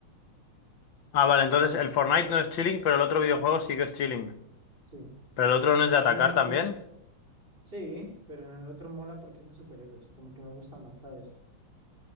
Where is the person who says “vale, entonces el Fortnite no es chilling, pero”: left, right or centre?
Left